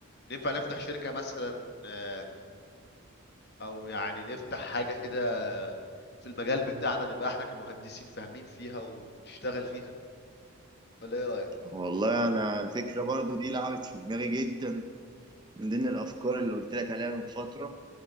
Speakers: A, on the left (about 50°); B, on the right (about 20°).
A: ننفع نفتح شركة مثلا آه، او يعني نفتح حاجة كده في المجال بتاعنا نبقى احنا كمهندسين فاهمين فيها ونشتغل فيها ولا ايه رأيك
B: والله انا الفكره برضو دي لعبت في دماغي جدا من ضمن الافكار اللي قلت لك عليها من فتره